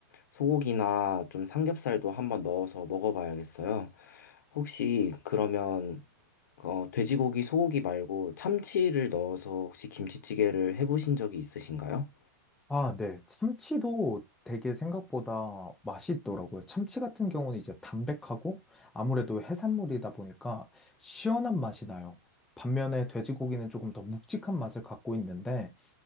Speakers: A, on the left; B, in the centre.
A: 소고기나 좀 삼겹살도 한번 넣어서 먹어봐야겠어요. 혹시 그러면 어, 돼지고기, 소고기 말고 참치를 넣어서 혹시 김치찌개를 해보신 적이 있으신가요?
B: 아, 네. 참치도 되게 생각보다 맛이 있더라고요. 참치 같은 경우는 이제 담백하고 아무래도 해산물이다 보니까 시원한 맛이 나요. 반면에 돼지고기는 조금 더 묵직한 맛을 갖고 있는데,